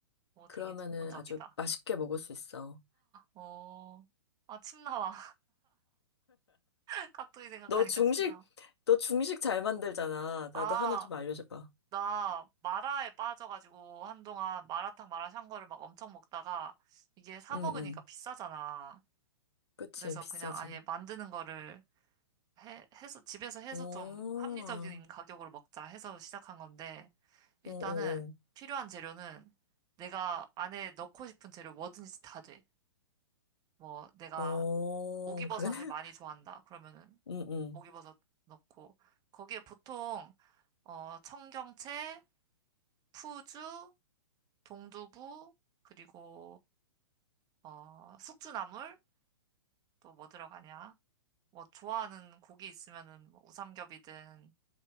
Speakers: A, on the right; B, on the left.
A: 오,
B: 그러면은
A: 되게 전문적이다.
B: 아주 맛있게 먹을 수 있어.
A: 어, 아, 침 나와. <laughs> 깍두기 생각하니까
B: 너 중식,
A: 침 나와.
B: 너 중식 잘 만들잖아.
A: 아,
B: 나도 하나 좀 알려줘봐.
A: 나 마라에 빠져가지고 한동안 마라탕 마라샹궈를 막 엄청 먹다가 이게 사
B: 응,
A: 먹으니까
B: 응.
A: 비싸잖아.
B: 그치,
A: 그래서
B: 비싸지.
A: 그냥 아예 만드는 거를 해, 해서, 집에서 해서
B: 오,
A: 좀 합리적인 가격으로 먹자 해서 시작한 건데 일단은
B: 오오오.
A: 필요한 재료는 내가 안에 넣고 싶은 재료 뭐든지 다 돼. 뭐 내가
B: 오,
A: 오기버섯을
B: 그래? <laughs>
A: 많이 좋아한다. 그러면은
B: 응, 응.
A: 오기버섯 넣고 거기에 보통 어 청경채, 푸주, 동두부 그리고 어 숙주나물 또 뭐 들어가냐? 뭐 좋아하는 고기 있으면은 뭐 우삼겹이든